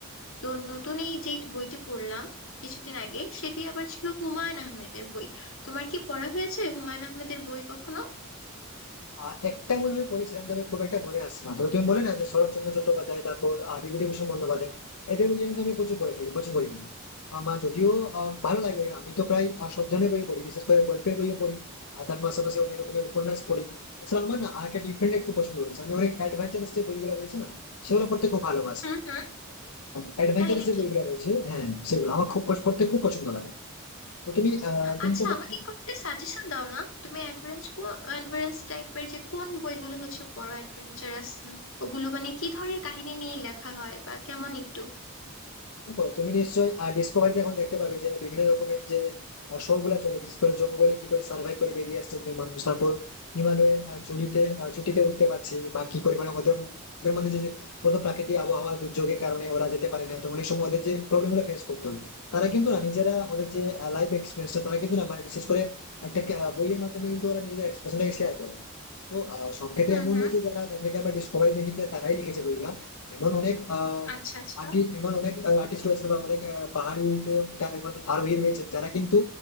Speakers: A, on the left (about 65°); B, on the left (about 85°).
A: তো নতুন এই যে বইটি পড়লাম কিছুদিন আগে সেটি আবার ছিল হুমায়ুন আহমেদের বই তোমার কি পড়া হয়েছে হুমায়ুন আহমেদের বই কখনো
B: আহ, একটা মনে হয় পড়েছিলাম তবে খুব একটা মনে আসছে না তবে তুমি বলে না যে শরৎচন্দ্র চট্টোপাধ্যায় তারপর আহ, বিভূতিভূষণ বন্দ্যোপাধ্যায় এদের বই কিন্তু আমি প্রচুর পড়ে থাকি প্রচুর পড়ি কিন্তু। আমার যদিও আহ, ভালো লাগে আমি তো প্রায় আহ, সব ধরনের বই পড়ি বিশেষ করে গল্পের বইও পড়ি আর তার পাশাপাশি অনেক রকমের উপন্যাস পড়ি আসলে আমার না আর একটা ডিফারেন্ট একটু পছন্দ রয়েছে আমি অনেক অ্যাডভেঞ্চারাস যে বইগুলো রয়েছে না সেগুলো পড়তে খুব ভালোবাসি
A: হুম হুম
B: অ্যাডভেঞ্চারাস
A: তাই নাকি
B: যে বইগুলো রয়েছে হ্যাঁ সেগুলো আমার খুব পছ- পড়তে খুব পছন্দ লাগে তো তুমি আহ তুমি
A: আচ্ছা
B: তো বলে
A: আমাকে কয়েকটা সাজেশন দাও না তুমি অ্যাডভেঞ্চ অ্যাডভেঞ্চারাস টাইপের যে কোন বইগুলো হচ্ছে পড়ো অ্যাডভেঞ্চারাস ওগুলো মানে কি ধরনের কাহিনী নিয়ে লেখা হয় বা কেমন একটু
B: দেখো তুমি নিশ্চয়ই ডিসকভারিতে এখন দেখতে পাবে যে বিভিন্ন রকমের যে শো গুলা চলে বিশেষ করে জঙ্গলে কি করে সার্ভাইভ করে বেরিয়ে আসছে একজন মানুষ তারপর হিমালয়ের আহ, চুটিতে আহ, চুটিতে উঠতে পারছে বা কি করে মানে ওদের ওদের মধ্যে যে যে কত প্রাকৃতিক আবহাওয়া দুর্যোগের কারণে ওরা যেতে পারে না তো অনেক সময় ওদের যে প্রবলেম গুলো ফেস করতে হয় তারা কিন্তু না নিজেরা ওদের যে লাইফ এক্সপিরিয়েন্সটা তারা কিন্তু না মানে বিশেষ করে একটা আহ, বইয়ের মাধ্যমে কিন্তু ওরা নিজেদের এক্সপিরিয়েন্সটাকে শেয়ার করে তো আহ, সব ক্ষেত্রে
A: হুম
B: এমন
A: হুম
B: নয় যে যারা যাদেরকে আমরা ডিসকভারি দেখিতে তারাই লিখেছে বইগুলা এমন অনেক আহ
A: আচ্ছা আচ্ছা
B: আর্টিস্ট এমন অনেক আর্টিস্ট রয়েছে বা অনেক আহ, পাহাড়িতে ওঠা এমন আরোহী রয়েছে যারা কিন্তু